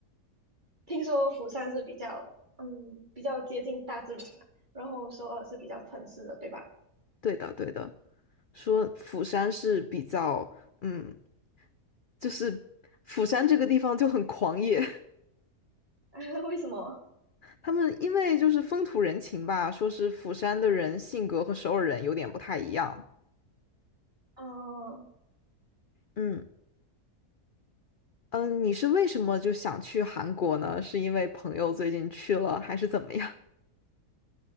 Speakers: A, on the right (about 30°); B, on the left (about 50°).
A: <laughs> 听说釜山是比较嗯比较接近大自然嘛，然后首尔是比较城市的，对吧？
B: 对的，对的，说釜山是比较，嗯，就是釜山这个地方就很狂野。<laughs>
A: <laughs> 为什么？
B: 他们因为就是风土人情吧，说是釜山的人性格和首尔人有点不太一样。
A: 嗯、
B: 嗯嗯，呃你是为什么就想去韩国呢？是因为朋友最近去了，还是怎么样？